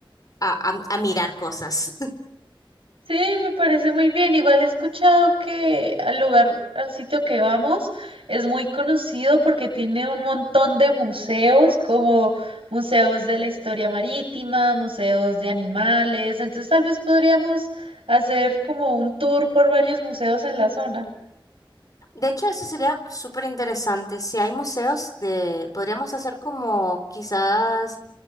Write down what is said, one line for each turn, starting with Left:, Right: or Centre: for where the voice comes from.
Left: a, a a mirar cosas.
Right: Sí, me parece muy bien. Igual he escuchado que al lugar, al sitio que vamos, es muy conocido porque tiene un montón de museos, como museos de la historia marítima, museos de animales. Entonces, tal vez podríamos hacer como un tour por varios museos en la zona.
Left: De hecho, eso sería súper interesante. Si hay museos de, podríamos hacer como quizás